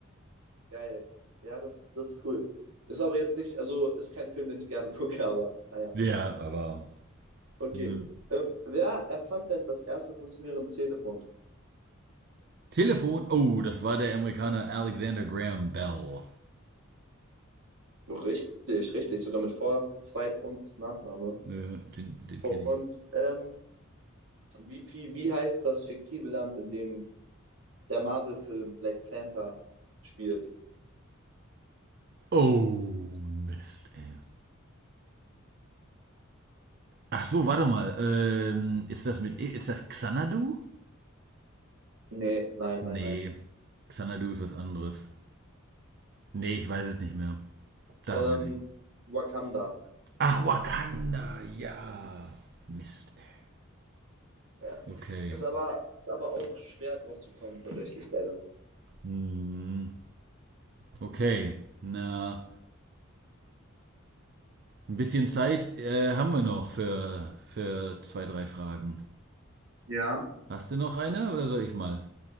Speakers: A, on the right; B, on the right.
A: Geil. Ja, das, das ist cool. Ist aber jetzt nicht, also ist kein Film, den ich gerne <laughs> gucke, aber naja.
B: Ja, aber.
A: Okay.
B: hm.
A: Ähm, wer erfand denn das erste funktionierende Telefon?
B: Telefon. Oh, das war der Amerikaner Alexander Graham Bell.
A: Richtig, richtig. Sogar mit Vor-, Zweit- und Nachname.
B: Ja, den den
A: Und
B: kenne ich.
A: ähm, wie viel, wie heißt das fiktive Land, in dem der Marvel-Film Black Panther spielt?
B: Oh, Mist, ey. Ach so, warte mal. Ähm, ist das mit. E- Ist das Xanadu?
A: Nee, nein,
B: Nee.
A: nein, nein.
B: Xanadu ist was anderes. Nee, ich weiß es nicht mehr. Da
A: Ähm,
B: weiß ich.
A: Wakanda.
B: Ach, Wakanda, ja. Mist, ey.
A: Ja.
B: Okay.
A: Ist aber, aber auch schwer drauf zu kommen, tatsächlich, leider.
B: Hm, okay. Na, ein bisschen Zeit äh, haben wir noch für, für zwei, drei Fragen.
A: Ja.
B: Hast du noch eine oder soll ich mal?